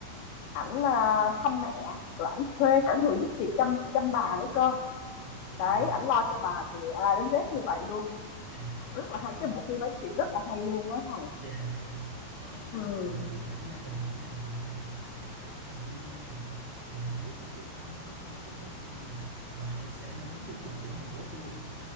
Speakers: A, on the left; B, on the right.
A: ảnh ờ, thăm mẹ rồi ảnh thuê cả người giúp việc chăm chăm bà nữa cơ
B: ồ
A: đấy
B: dạ
A: ảnh lo cho bà từ A đến Z như vậy luôn
B: à em
A: rất là hay
B: có
A: cái bộ phim ấy thì rất là hay luôn á Thành
B: Dạ dạ ờ, nói
A: ừ
B: về tình cảm gia đình với lại vừa gia đình mà vừa kiểu tình yêu vợ chồng á thì không biết là chị có có coi cái bộ phim là Và em sẽ đến chưa cũng của Hàn Quốc luôn